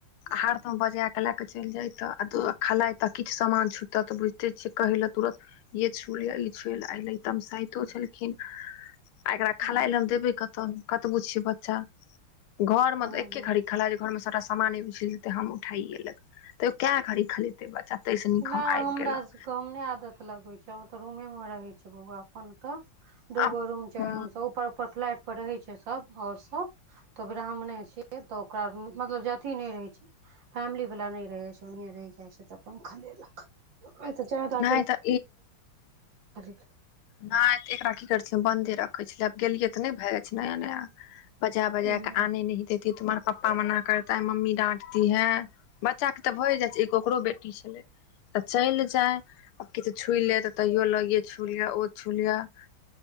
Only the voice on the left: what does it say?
आ हरदम बजा के लेके चैल जाय छेलै तऽ दऽ खेलाइ त किछ सामान छुतत तऽ बुझिते छियै कहै लए तुरत ये छुल य ई छुल एलाय तमाशाइयो छेलखिन आ एकरा
खेलाय लए हम देबै कतह कतबो छीये बच्चा घर म
त एके
घड़ी खेला जे घरमे सभटा सामान उझैल देतैय हम उठाइए लेब तैयो कैए घाड़ी खेलेतै बच्चा तहिसँ नीक
हम आइब
गेलौ
आब
ह
नहि तऽ
नै तऽ एकरा की करैछि बन्दे रखै छलियै आब गेलियै तऽ नै भए जाइ छै नया नया बजा बजा
कऽ <unintelligible> बच्चा कऽ तऽ भए जाइ छै एगो ओकरो बेटी छेलै तऽ चैल जाय ओ किछ छुइले तऽ तैयो लऽ <unintelligible> <unintelligible>